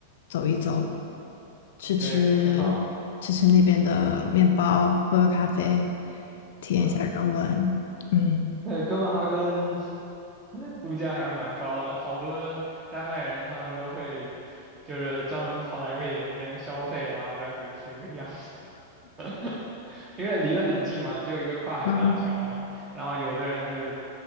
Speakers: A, on the left; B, on the right.
A: 走一走，吃吃吃吃那边的面包，
B: 对，挺好的。
A: 喝喝咖啡，体验一下人文。
B: 对，
A: 嗯
B: 那哥本哈根 <laughs> 物价还是蛮高的，好多丹麦人他们都会就是专门跑来瑞典这边消费，然后再回去这个样 <laughs> 因为离得很近嘛，就一个跨海大桥，
A: 嗯
B: 然后有的人就是，